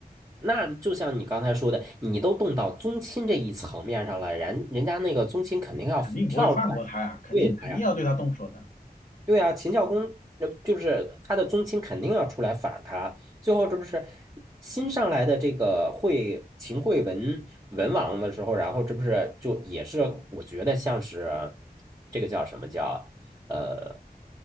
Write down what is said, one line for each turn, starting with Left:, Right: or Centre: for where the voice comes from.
Right: 那就像你刚才说的，你都动到宗亲这一层面上了，人人家那个宗亲肯定要跳出来
Left: 肯定不会放过他呀，肯定肯定要对他动手的。
Right: 对他呀。对啊，秦孝公那就是他的宗亲肯定要出来反他，最后这不是新上来的这个惠秦惠文文王的时候，然后这不是就也是我觉得像是这个叫什么叫呃，